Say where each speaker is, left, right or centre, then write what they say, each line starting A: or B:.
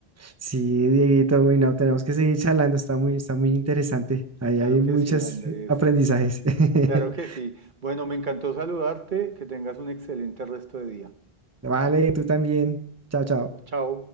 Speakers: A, on the right (about 15°); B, on the right (about 55°).
A: Sí, Dieguito, uy, no, tenemos que seguir charlando, está muy, está muy interesante. Ahí
B: Claro
A: hay
B: que
A: muchos
B: sí, Andrés,
A: aprendizajes.
B: está.
A: <laughs>
B: Claro que sí. Bueno, me encantó saludarte, que tengas un excelente resto de día.
A: Vale, tú también. Chao, chao.
B: Chao.